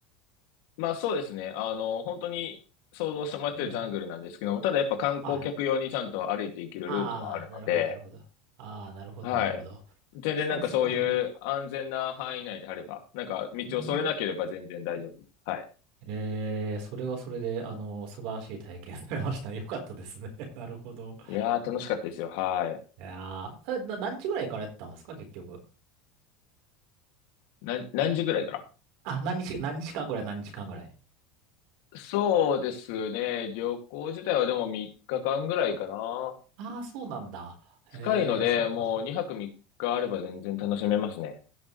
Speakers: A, on the left; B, on the right.
A: まあそうですね。あの、本当に想像してもらってるジャングルなんですけども、
B: うん、うん。
A: ただやっぱ観光客用にちゃんと歩いていけるルートはあるので、
B: はい。ああ、なるほど、なるほど。ああ、なるほど、
A: はい。
B: なるほど。
A: 全然なんかそういう安全な範囲内であれば、
B: そうっすか、そう。
A: なんか道をそれなければ全然大丈夫です。
B: うん。
A: はい。
B: ええ、それはそれで、あの、素晴らしい体験されました。<laughs> よかったですね。<laughs> なるほど。
A: いやー楽しかったですよ。はい。
B: いやー、えな、何日ぐらい行かれてたんですか、結局。
A: な、何時ぐらいから
B: あ、何日、何日間ぐらい、何日間ぐらい。
A: そうですね。旅行自体はでも3日間ぐらいかな。
B: ああ、そうなんだ。
A: 近いので、
B: へえ、そっか、
A: もう2泊3日あれば全然楽しめますね。
B: そっか。